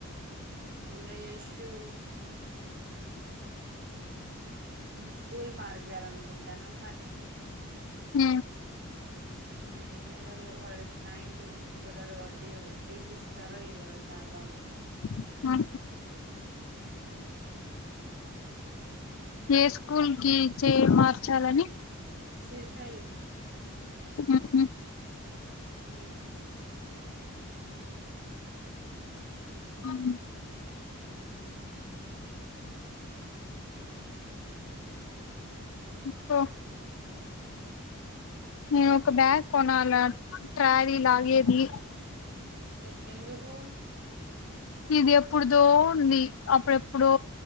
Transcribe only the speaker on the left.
ఉ
<inaudible>
ఏ స్కూల్ కి చే మార్చాలని
ఉహు
ఉమ్
పో నేను
ఒక బ్యాగ్ కొనాల ట్రారీ లాగేది
ఇది ఎప్పుడుదో ఉంది అప్పుడెప్పుడో